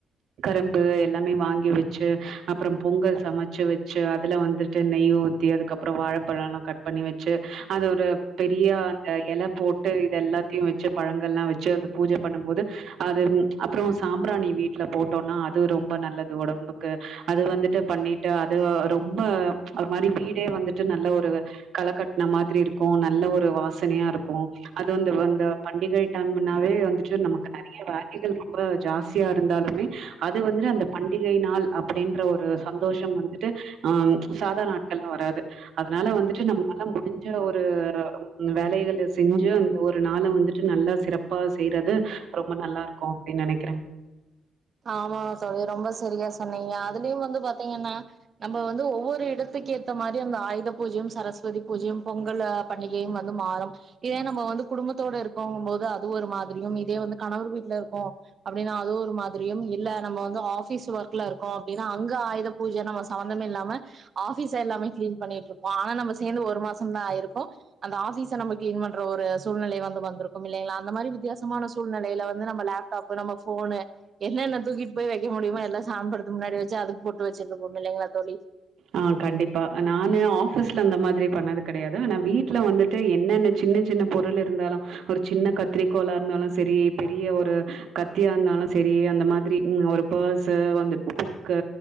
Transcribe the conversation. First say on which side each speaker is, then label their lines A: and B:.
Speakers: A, on the right (about 70°); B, on the right (about 45°).
A: கரும்பு எல்லாமே வாங்கி வச்சு, அப்புறம் பொங்கல் சமைச்சு வச்சு, அதுல வந்துட்டு நெய் ஊத் ஊத்தி, அதுக்கப்புறம் வாழைப்பழல்லாம் கட் பண்ணி வச்சு, அது ஒரு பெரிய அந்த இலை போட்டு இதெல்லா எல்லாத்தயு வச்சு, பழங்கள்லா வச்சு, அத பூஜ பண்ணும் போது, அது அப்புறம் சாம்ராணி வீட்ல போட்டோம்னா, அது ரொம்ப நல்லது உடம்புக்கு. அது வந்துட்டு, பண்ணிட்டு, அது ரொம்ப மாரி வீடே வந்துட்டு, நல்ல ஒரு கல கட்ன மாதிரி இருக்கு. நல்ல ஒரு வாசனையா இருக்கு. அது இந்த, வந்த பண்டிகை டைம்னாவே வந்துட்டு, நமக்கு நறைய வேலைகள் ரொம்ப ஜாஸ்தியா இருந்தாலுமே அது வந்துட்டு, அந்த பண்டிகை நாள் அப்படின்ற ஒரு சந்தோஷம் வந்துட்டு, அ சாதாரண ஆ லாம் வராது. அதனால வந்துட்டு, நம்மளால முடிஞ்ச ஒரு வேலைகல செஞ்சு, அந்த ஒரு ஒரு நாளு வந்துட்டு நல்லா சிறப்பா செய்றது ரொம்ப நல்லா இருக்கு அப்படின் நினைக்கிறே
B: ஆமா தோழி ரொம்ப சரியா சொன்னீங்க அதுலயும் வந்து பாத்தீங்கன்னா நம்ம வந்து ஒவ்வொரு இடத் துக்கு ஏத்த மாரி அந்த ஆயுத பூஜயும் சரஸ்வதி பூஜயும் பொங்கல் அ பண்டிகையும் வந்து மாறும் இதே நம்ப வ வந்து குடும்பத்தோட இருக்கும்ங்கும்போது அது ஒரு மாதிரியும் இதே வந்து கணவர் வீட்ல இருக்கோ அப்படின்னா அது ஒரு மாதிரி தெரியும் இல்ல நம்ம வந்து ஆஃபிஸ் ஒர்க்ல இருக்கோ அப்டினா அங்க ஆயுதபூஜ நம்ம சம்பந்தமேல்லாம ஆ ஆஃபீஸயெல்லாமே கிளீன் பண்ணிட்டு இருப்பம் ஆனா நம்ம சேர்ந்து ஒரு மாசந்தா ஆயிருக்கு அந்த ஆபீஸ நம்ப கிளீன் பண்ற ஒரு சூழ்நிலை வந்து வந்திருக்கும் இல்லங்ளா அந்த மாரி வித்தியாசமான சூழ்நிலைல வந்து நம்ம லேப்டாப் நம்ம ஃபோனு தூக்கிட் போய்வைக்க முடியுமா எல்லா சாமிபடதுக் முன்னாடிவச்சு அதுக்கு போட்டு வச்சிட்ரிப்போம்ல தோழி
A: ஆ கண்டிப்பா நானு ஆபிஸ்ல அந்த மாதிரி பண்ணது கிடையாது ஆனா வீட்ல வந்துட்டு என்னென்ன சின்ன சின்ன பொருள் இருந்தாலு ஒரு சின்ன கத்திரிக்கோளாருந்தாலு சரி பெரிய ஒரு கத்தியா இருந்தாலு சரி அந்த மாதிரி ம் ஒரு பர்ஸு வந்துப்பூ க